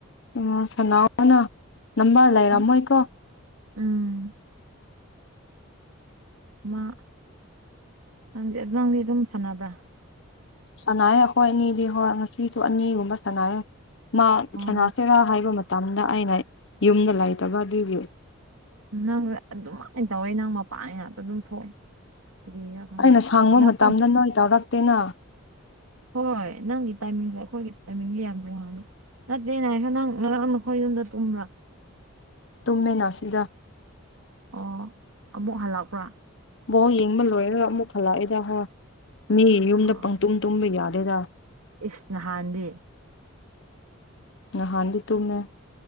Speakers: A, on the left (about 60°); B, on the right (about 80°).
A: ꯑꯣ ꯁꯥꯟꯅꯧꯅ ꯅꯝꯕꯔ ꯂꯩꯔꯝꯃꯣꯏꯀꯣ꯫
B: ꯎꯝ ꯎꯝ ꯃꯥ ꯅꯪꯗꯤ ꯅꯪꯗꯤ ꯑꯗꯨꯝ ꯁꯥꯟꯅꯕ꯭ꯔꯥ?
A: ꯁꯥꯟꯅꯩꯑꯦ ꯑꯩꯈꯣꯏ ꯑꯅꯤꯗꯤ ꯍꯣꯏ ꯉꯁꯤꯁꯨ ꯑꯅꯤꯒꯨꯝꯕ ꯁꯥꯟꯅꯩꯌꯦ꯫ ꯃꯥ
B: ꯑꯣ
A: ꯁꯥꯟꯅꯥꯁꯤꯔꯥ ꯍꯥꯏꯕ ꯃꯇꯝꯗ ꯑꯩꯅ ꯌꯨꯝꯗ ꯂꯩꯇꯕ ꯑꯗꯨꯒꯤ꯫
B: ꯅꯪ ꯑꯗꯨꯃꯥꯏꯅ ꯇꯧꯋꯦ ꯅꯪ ꯃꯄꯥꯟ ꯉꯥꯛꯇ ꯑꯗꯨꯝ ꯊꯣꯛꯑꯦ꯫ ꯀꯔꯤꯔꯥ ꯈꯪꯗꯦ
A: ꯑꯩꯅ ꯁꯪꯕ
B: ꯉꯔꯥꯡ
A: ꯃꯇꯝꯗ ꯅꯣꯏ ꯇꯧꯔꯛꯇꯦꯅ
B: ꯍꯣꯏ ꯅꯪꯒꯤ ꯇꯥꯏꯃꯤꯡꯒ ꯑꯩꯈꯣꯏꯒꯤ ꯇꯥꯏꯃꯤꯡꯒ ꯌꯥꯝ ꯇꯣꯉꯥꯜꯂꯦ꯫ ꯅꯠꯇꯦ ꯉꯥꯏꯈꯣ ꯅꯪ ꯉꯔꯥꯡ ꯅꯈꯣꯏ ꯌꯨꯝꯗ ꯇꯨꯝꯕ꯭ꯔꯥ?
A: ꯇꯨꯝꯃꯦꯅ ꯁꯤꯗ꯫
B: ꯑꯣ ꯑꯃꯨꯛ ꯍꯜꯂꯛꯄ꯭ꯔꯥ?
A: ꯕꯣꯜ ꯌꯦꯡꯕ ꯂꯣꯏꯔꯒ ꯑꯃꯨꯛ ꯍꯜꯂꯛꯏꯦꯗ ꯍꯥ ꯃꯤ ꯌꯨꯝꯗ
B: ꯑꯣ
A: ꯄꯪꯇꯨꯝ ꯇꯨꯝꯕ ꯌꯥꯗꯦꯗ꯫
B: ꯏꯁ ꯅꯍꯥꯟꯗꯤ꯫
A: ꯅꯍꯥꯟꯗꯤ ꯇꯨꯝꯃꯦ꯫